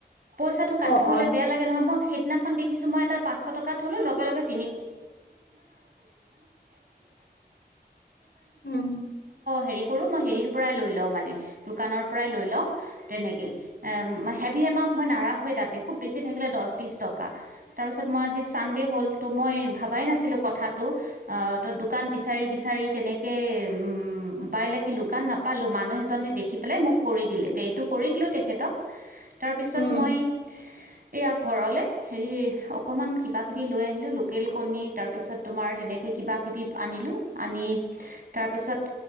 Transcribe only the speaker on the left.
অ অ
উম
উম